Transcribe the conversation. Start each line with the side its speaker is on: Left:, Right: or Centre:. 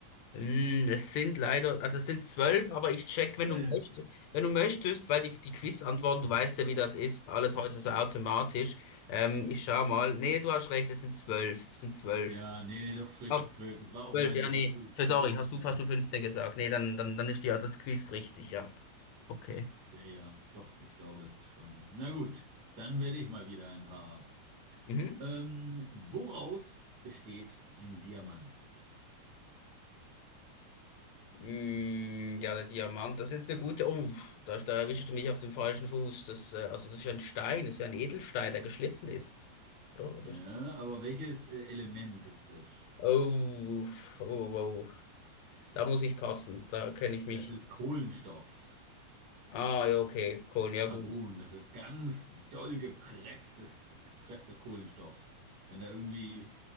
Left: Hm, Es sind leider, also es sind zwölf, aber ich check,
Right: 12.
Left: wenn du möchtest, wenn du möchtest, weil die, die Quiz-Antworten, du weißt ja, wie das ist, alles heute so automatisch. Ähm, ich schau mal. Nee, du hast recht, es sind zwölf, es sind zwölf.
Right: Ja, nee, nee, doch ist richtig,
Left: Ach,
Right: 12. Das war auch
Left: zwölf,
Right: meine
Left: ja,
Right: Intuition.
Left: nee. Für- Sorry, hast
Right: Ja,
Left: du fast du 15 gesagt. Nee, dann, dann, dann ist die, das Quiz richtig, ja. Okay.
Right: ja, ja, doch, ich glaube, das ist schon. Na gut, dann werde ich mal wieder ein paar.
Left: Mhm.
Right: Ähm, woraus besteht ein Diamant?
Left: Mm, ja, der Diamant, das ist jetzt eine gute. Oh, da, da erwischst du mich auf dem falschen Fuß. Das, äh, also das ist ja ein Stein, das ist ja ein Edelstein, der geschliffen ist. Oder?
Right: Ja, aber welches äh, Element ist es?
Left: Oh, oh, oh. Da muss ich passen. Da kenne ich mich.
Right: Das ist Kohlenstoff.
Left: Ah, ja, okay. Cool, ja,
Right: Carbon,
Left: gut.
Right: das ist ganz doll gepresstes, gepresster Kohlenstoff. Wenn da irgendwie